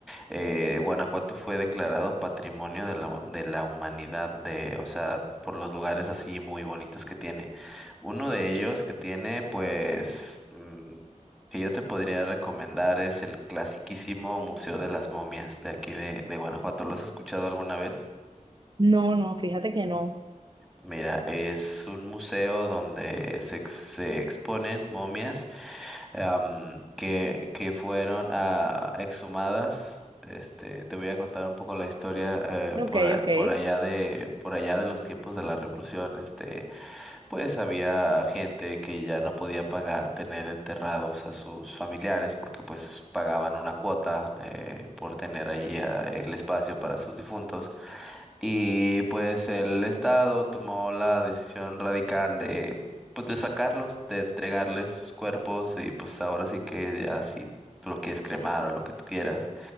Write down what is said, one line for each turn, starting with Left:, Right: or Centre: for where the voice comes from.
Centre: eh, Guanajuato fue declarado Patrimonio de la, de la Humanidad, de, o sea, por los lugares así muy bonitos que tiene. Uno de ellos que tiene, pues, mm, que yo te podría recomendar es el clasiquísimo Museo de las Momias de aquí de, de Guanajuato. ¿Lo has escuchado alguna vez?
Right: No, no, fíjate que no.
Centre: Mira, es un museo donde se, ex- se exponen momias am, que, que fueron ah, exhumadas. Este, te voy a contar un poco la historia eh,
Right: Ok,
Centre: por, a-
Right: ok.
Centre: por allá de, por allá de los tiempos de la Revolución. Este, pues había gente que ya no podía pagar tener enterrados a sus familiares porque pues pagaban una cuota eh, por tener allí ah, el espacio para sus difuntos. Y pues el Estado tomó la decisión radical de, pues, de sacarlos, de entregarles sus cuerpos y pues ahora sí que ya si tú lo quieres cremar o lo que tú quieras,